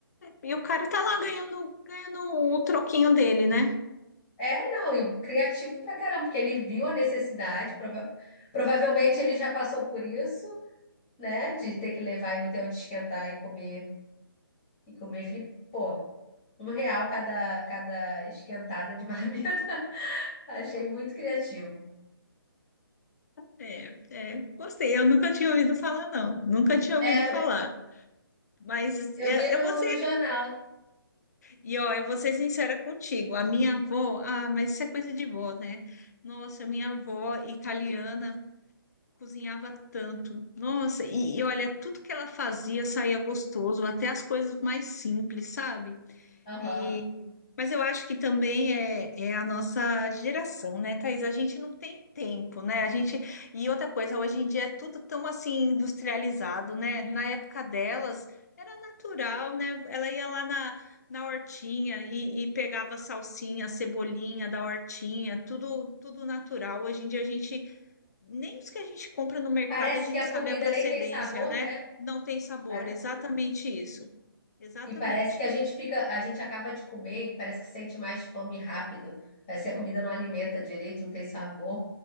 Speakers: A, on the left; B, on the left.
A: e o cara tá lá ganhando, ganhando o troquinho dele, né?
B: É, não, e criativo pra caramba, porque ele viu a necessidade, prova- provavelmente ele já passou por isso, né? De ter que levar e não ter onde esquentar e comer, e comer frio. Pô, um real cada, cada esquentada de marmita. <laughs> Achei muito criativo.
A: É, é, gostei. Eu nunca tinha ouvido falar, não. Nunca tinha
B: É,
A: ouvido falar. Mas
B: eu
A: eu,
B: vi no,
A: eu vou ser
B: no jornal.
A: E ó, eu vou ser sincera contigo, a minha avó, ah, mas isso é coisa de vó, né? Nossa, minha avó italiana cozinhava tanto. Nossa, e, e olha, tudo que ela fazia saía gostoso, até as coisas mais simples, sabe?
B: Aham.
A: E, mas eu acho que também é, é a nossa geração, né, Thaís? A gente não tem tempo, né? A gente, e outra coisa, hoje em dia é tudo tão assim industrializado, né? Na época delas era natural, né? Ela ia lá na, na hortinha e, e pegava salsinha, cebolinha da hortinha, tudo, tudo natural. Hoje em dia a gente, nem os que a gente compra no mercado
B: Parece
A: a gente
B: que a
A: sabe
B: comida
A: a procedência,
B: nem tem sabor,
A: né?
B: né?
A: Não tem sabor,
B: Para-
A: exatamente isso. Exatamente.
B: E parece que a gente fica, a gente acaba de comer e parece que sente mais fome rápido. Parece que a comida não alimenta direito, não tem sabor.